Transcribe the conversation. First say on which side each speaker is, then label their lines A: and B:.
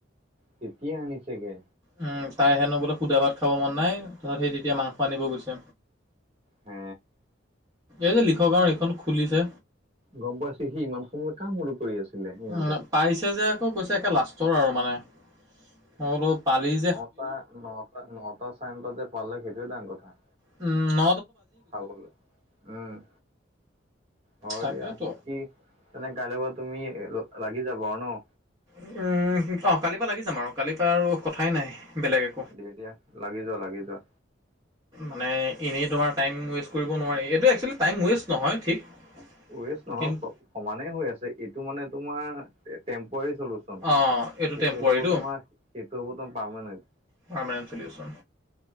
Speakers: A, on the right (about 35°); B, on the right (about 20°).
A: তেতিয়া আনিছেগে?
B: উম তাই হেনো বোলে সুদা ভাত খাব মন নাই, তাৰপাছত সেই তেতিয়া মাংস আনিব গৈছে।
A: হে
B: এই যে লিখক কাৰণ এইখন খুলিছে।
A: গম পাইছে সি ইমান সময় কাম মোৰটো কৰি আছিলে সিহঁতে।
B: উম, পাইছে যে আকৌ কৈছে একে লাষ্টৰ আৰু মানে। অ বলো পালিছ
A: নটা, নটা, নটা চাৰে নটা যে পালে সেইটোয়ে ডাঙৰ কথা।
B: ন
A: খাবলৈ উমঁ, হয়
B: তাকেতো
A: দিয়া। কি? তেনে কাইলৈ পৰা তুমি লাগি যাব আৰু ন?
B: উমঁ, কালিৰ পৰা লাগি যাম আৰু কালিৰ পৰা আৰু কথাই নাই বেলেগ একো।
A: দিয়া-দিয়া, লাগি যোৱা, লাগি যোৱা।
B: মানে এনেই তোমাৰ টাইম ৱেষ্ট কৰিব নোৱাৰি। এইটো এক্সচলি টাইম ৱেষ্ট নহয় ঠিক।
A: ৱেষ্ট নহক
B: কিন্তু
A: চব সমানে হৈ আছে, এইটো মানে তোমাৰ টেম্পুৱাৰি চল সেইটো
B: অঁ এইটো টেম্প'ৰাৰীটো
A: হ'ব তোমাৰ সেইটো হ'ব তোমাৰ পাৰমেনণ্ট।
B: পাৰমেনণ্ট চলি আছে।